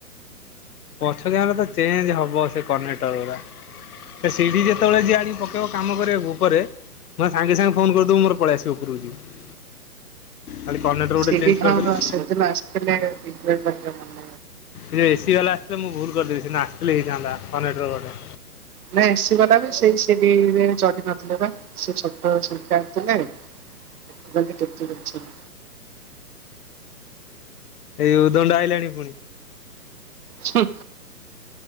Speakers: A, on the left (about 70°); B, on the right (about 70°).
A: ପଛ କ୍ୟାମେରା ତ ଚେଞ୍ଜ ହବ ସେ କନେକ୍ଟର୍ ଗୁଡା। ସେ ସିଢି ଯେତେବେଳେ ଯିଏ ଆଣିକି ପକେଇବ କାମ କରିବାକୁ ଉପରେ ମୋ ସାଙ୍ଗେ ସାଙ୍ଗେ ଫୋନ୍ କରିଦବୁ ମୋର ପଳି ଆସିବ ଉପୁରୁକୁ ଯିବ। ଖାଲି କନେଟୋର୍
B: ସିଡି
A: ଗୋଟେ ଚେଞ୍ଜ
B: ହଁ
A: କରଦେଲେ
B: ସେଦିନ ଆସିଥିଲେ <unintelligible>
A: ଏ ଏସି ବାଲା ଆସିଥିଲେ ମୁଁ ଭୁଲ କରିଦେଲି ସେଦିନ ଆସଥିଲେ ହେଇଥାନ୍ତା କନେଟୋର୍ ଗୋଟେ।
B: ନା ଏସି ବାଲା ବି ସେଇ ସିଡି ରେ ଚଢିପାରଥିଲେ ବା। ସେ ଛୋଟ ସିଡି ଟା ଯେ ନାଇଁ <unintelligible>
A: ଏ ଉଦଣ୍ଡ ଆଇଲାଣି ପୁଣି।
B: ଛଁ